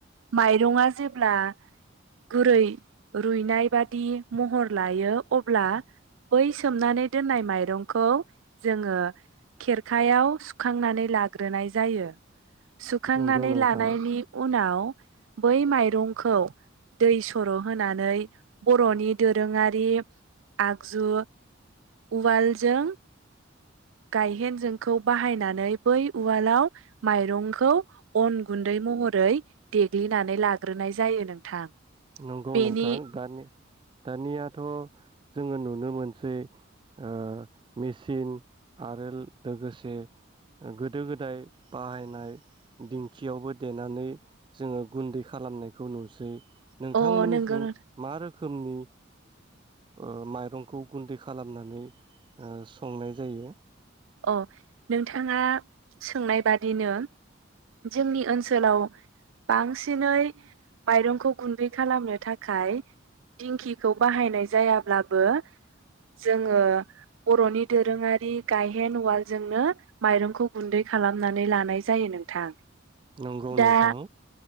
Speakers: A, on the right; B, on the right.
A: माइरङा जेब्ला गुरै रुइनाय बादि महर लायो अब्ला बै सोमनानै दोननाय माइरंखौ जोङो खेरखायाव सुखांनानै लाग्रोनाय जायो। सुखांनानै
B: नंगौ नोंथां
A: लानायनि उनाव बै माइरंखौ दै स र' होनानै बर'नि दोरोङारि आगजु उवालजों गायहेन जोंखौ बाहायनानै बै उवालाव माइरंखौ अन गुन्दै महरै देग्लिनानै लाग्रोनाय जायो नोंथां।
B: नंगौ
A: बेनि
B: नोंथां दानि दानियाथ' जोङो नुनो मोनसै ओ मेसिन आरो लोगोसे ओ गोदो-गोदाय बाहायनाय दिंखियावबो देनानै जोङो गुन्दै खालामनायखौ नुसै
A: अ
B: नोंथांमोननिसथिं
A: नोंगौ नों
B: मा रोखो मनि ओ माइरंखौ गुन्दै खालामनानै ओ संनाय जायो?
A: अ नोंथाङा सोंनाय बादिनो जोंनि ओनसोलाव बांसिनै माइरंखौ गुन्दै खालामनो थाखाय दिंखिखौ बाहायनाय जायाब्लाबो जोङो बरनि दोरोङारि गाय हेन्द उवाल जोंनो माइरंखौ गुन्दै खालामनानै लानाय जायो नोंथां।
B: नंगौ
A: दा
B: नोंथां।